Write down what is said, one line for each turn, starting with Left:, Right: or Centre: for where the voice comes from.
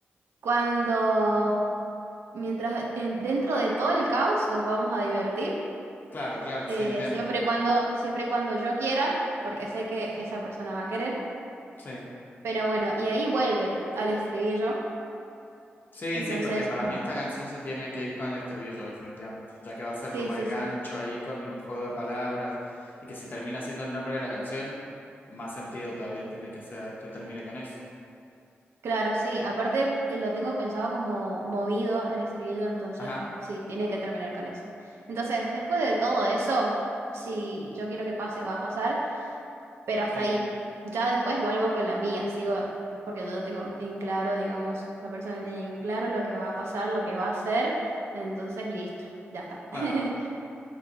Right: cuando mientras en- dentro de todo el caos nos vamos a divertir,
Left: Claro, claro,
Right: eh,
Left: sí, entiendo.
Right: siempre y cuando, siempre y cuando yo quiera, porque sé que esa persona va a querer.
Left: Sí.
Right: Pero bueno, y ahí vuelve al estribillo.
Left: Sí,
Right: Entonces,
Left: sí, porque para
Right: como,
Left: mí esta canción se tiene que ir con el estribillo, definitivamente, ya que va a ser
Right: sí,
Left: como
Right: sí,
Left: el gancho
Right: sí,
Left: ahí con el juego de palabras y que si termina siendo el nombre de la canción, más sentido todavía tiene que sea que termine con eso.
Right: claro, sí. Aparte, eh, lo tengo pensado como movido el estribillo, entonces
Left: Ajá,
Right: sí, tiene que terminar con eso. Entonces, después de todo eso, si yo quiero que pase, va a pasar. pero hasta
Left: sí,
Right: ahí. Ya después vuelvo con la mía, sigo, porque yo ya tengo en claro, digamos, esta persona tiene en claro lo que va a pasar, lo que va a hacer, entonces listo, ya está.
Left: claro.
Right: <laughs>